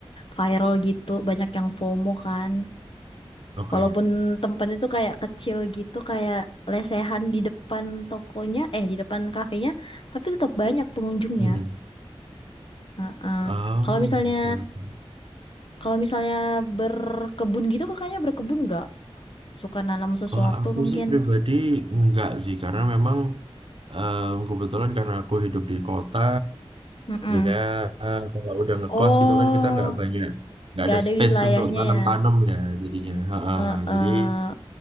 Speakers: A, on the left; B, on the right.
A: viral gitu, banyak yang FOMO kan.
B: Oke.
A: Walaupun tempatnya tuh kayak kecil gitu, kayak lesehan di depan tokonya, eh di depan kafenya, tapi tetap banyak pengunjungnya.
B: Hmm.
A: Heeh.
B: Oh
A: Kalau misalnya
B: oke oke.
A: kalau misalnya berkebun gitu, kakaknya berkebun nggak? Suka nanam sesuatu
B: Kalau aku
A: mungkin?
B: sih pribadi enggak sih karena memang em, kebetulan karena aku hidup di kota
A: Mm-mm.
B: ya kalau udah ngekos
A: Oh,
B: gitu kan kita nggak banyak nggak
A: nggak
B: ada
A: ada
B: space
A: wilayahnya
B: untuk tanam-tanam
A: ya.
B: ya jadinya. Ha-ha.
A: Heeh.
B: Jadi